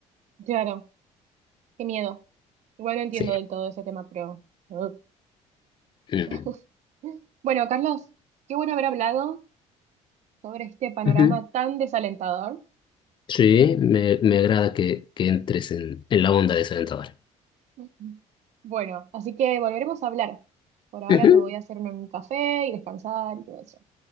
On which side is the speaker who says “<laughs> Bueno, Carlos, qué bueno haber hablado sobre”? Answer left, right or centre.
Right